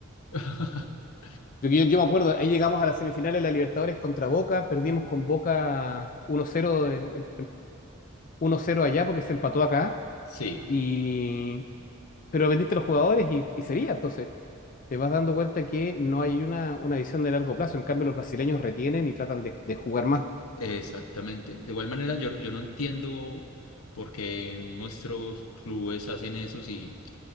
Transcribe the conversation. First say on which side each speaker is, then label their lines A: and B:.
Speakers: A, on the left (about 85°); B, on the left (about 40°).
A: <laughs>
B: Yo, yo, yo me acuerdo, ahí llegamos a las semifinales de la Libertadores contra Boca, perdimos con Boca 1-0 de- 1-0 allá porque se empató acá,
A: Sí.
B: y, pero vendiste a los jugadores y, y sería, entonces te vas dando cuenta que no hay una, una visión de largo plazo, en cambio los brasileños retienen y tratan de, de jugar más.
A: Exactamente. De igual manera, yo, yo no entiendo por qué nuestros clubes hacen eso si,